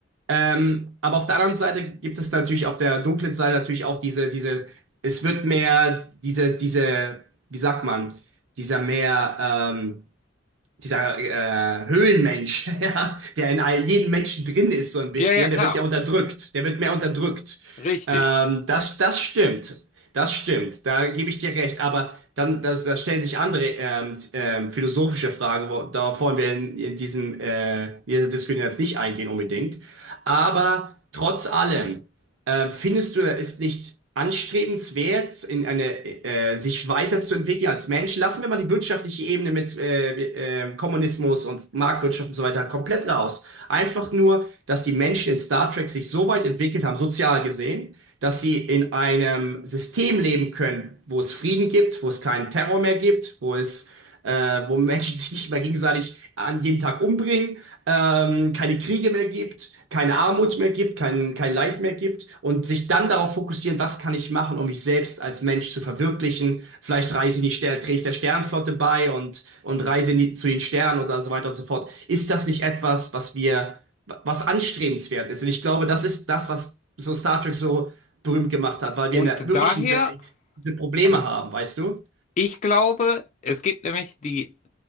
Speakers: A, on the right; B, on the left.
A: Ähm, aber auf der anderen Seite gibt es natürlich auf der dunklen Seite natürlich auch diese, diese, es wird mehr diese, diese, wie sagt man, dieser mehr ähm, dieser äh, Höhlenmensch, <laughs> ja, der in all jedem Menschen drin ist, so ein bisschen,
B: Ja, ja, klar.
A: der wird ja unterdrückt, der wird mehr unterdrückt.
B: Richtig.
A: Ähm, das, das stimmt, das stimmt, da gebe ich dir recht, aber dann das, da stellen sich andere ähm, z- ähm, philosophische Fragen, wo, darauf wollen wir in, in diesem, äh, in dieser Diskussion jetzt nicht eingehen unbedingt, aber trotz allem äh, findest du, er ist nicht anstrebenswert, in eine, äh, sich weiterzuentwickeln als Mensch? Lassen wir mal die wirtschaftliche Ebene mit äh, äh, Kommunismus und Marktwirtschaft und so weiter komplett raus. Einfach nur, dass die Menschen in Star Trek sich so weit entwickelt haben, sozial gesehen, dass sie in einem System leben können, wo es Frieden gibt, wo es keinen Terror mehr gibt, wo es äh, wo Menschen <laughs> sich nicht mehr gegenseitig an jeden Tag umbringen, ähm, keine Kriege mehr gibt, keine Armut mehr gibt, kein, kein Leid mehr gibt und sich dann darauf fokussieren, was kann ich machen, um mich selbst als Mensch zu verwirklichen. Vielleicht reise in die Sterne, trete ich der Sternenflotte bei und, und reise in die, zu den Sternen oder so weiter und so fort. Ist das nicht etwas, was wir, was anstrebenswert ist? Und ich glaube, das ist das, was so Star Trek so berühmt gemacht hat, weil
B: Und
A: wir in der wirklichen
B: daher,
A: Welt diese Probleme
B: ja,
A: haben, weißt du?
B: ich glaube, es gibt nämlich die